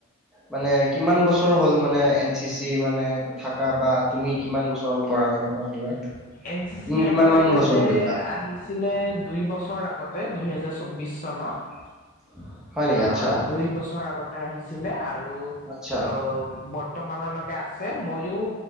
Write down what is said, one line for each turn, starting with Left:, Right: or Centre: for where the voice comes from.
Centre: মানে কিমান বছৰ হ'ল মানে এন চি চি মানে থাকা বা তুমি কিমান বছৰ হ'ল পৰা সেনেকুৱা কিবা
Left: এন চি
Centre: তুমি
Left: চি
Centre: কিমান
Left: আমাৰ
Centre: মান
Left: ইয়াতে
Centre: বছৰ কৰিলা?
Left: আহি আহিছিলে দুই বছৰ আগতে দুইহেজাৰ চৌব্বিশ চনত
Centre: <inaudible> আচ্ছা,
Left: অ' দুই বছৰ আগতে আহিছিলে আৰু
Centre: আচ্ছা।
Left: অ' বৰ্তমানলৈকে আছে ময়ো